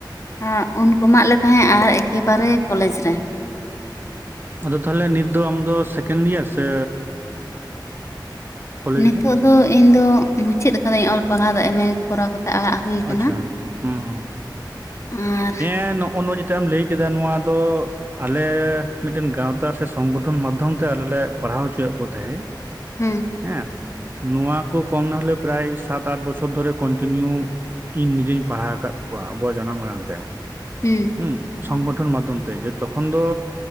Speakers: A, on the left (about 35°); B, on the right (about 25°).
A: ᱟᱸᱜ ᱩᱱᱠᱩ ᱮᱢᱟᱜ ᱞᱮ ᱛᱟᱦᱮᱸ ᱟᱨ ᱮᱠᱮᱵᱟᱨᱮ ᱠᱚᱞᱮᱡᱽ ᱨᱮ᱾
B: ᱟᱫᱚ ᱛᱟᱦᱚᱞᱮ ᱱᱤᱛ ᱫᱚ ᱟᱢᱫᱚ ᱥᱮᱠᱮᱱᱰ ᱤᱭᱟᱨ ᱥᱮ ᱠᱚᱞᱮᱡᱽ
A: ᱱᱤᱛᱚᱜ
B: ᱨᱮ
A: ᱫᱚ ᱤᱧ ᱫᱚ ᱢᱩᱪᱟᱹᱫ ᱟᱠᱟᱹᱫᱟᱹᱧ ᱚᱞ ᱯᱟᱲᱦᱟᱣ ᱫᱚ ᱮᱢᱮ ᱠᱚᱨᱟᱣ ᱠᱟᱛᱮ ᱟᱲᱟᱜ ᱦᱩᱭ ᱟᱠᱟᱱᱟ
B: ᱟᱪᱷᱟ, ᱦᱩᱸᱼᱦᱩᱸ
A: ᱟᱨ
B: ᱦᱮᱸ ᱱᱚ ᱚ-ᱱᱚ ᱡᱮᱴᱟᱜ ᱮᱢ ᱞᱟᱹᱭ ᱠᱮᱫᱟ ᱱᱚᱣᱟ ᱫᱚ ᱟᱞᱮ ᱢᱤᱜᱴᱮᱝ ᱜᱟᱶᱛᱟ ᱥᱮ ᱥᱚᱝᱜᱚᱴᱷᱚᱱ ᱢᱟᱫᱽᱫᱷᱚᱢ ᱛᱮ ᱟᱞᱮ ᱞᱮ ᱯᱟᱲᱦᱟᱣ ᱦᱚᱪᱚᱭᱮᱜ ᱠᱚ ᱛᱟᱦᱮᱸ᱾
A: ᱦᱩᱸ᱾
B: ᱦᱮᱸ, ᱱᱚᱣᱟ ᱠᱚ ᱠᱚᱢ ᱱᱟᱦᱚᱞᱮ ᱯᱨᱟᱭ ᱥᱟᱛᱼᱟᱴ ᱵᱚᱪᱷᱚᱨ ᱫᱷᱚᱨᱮ ᱠᱚᱱᱴᱤᱱᱤᱭᱩ ᱤᱧ ᱱᱤᱡᱮᱧ ᱯᱟᱲᱦᱟᱣ ᱟᱠᱟᱫ ᱠᱚᱣᱟ, ᱟᱵᱚᱣᱟᱜ ᱡᱟᱱᱟᱢ ᱟᱲᱟᱝ ᱛᱮ᱾
A: ᱩᱸ᱾
B: ᱩᱸ ᱥᱚᱝᱜᱚᱴᱷᱚᱱ ᱢᱟᱫᱽᱫᱷᱚᱢ ᱛᱮ, ᱡᱮ ᱛᱚᱠᱷᱚᱱ ᱫᱚ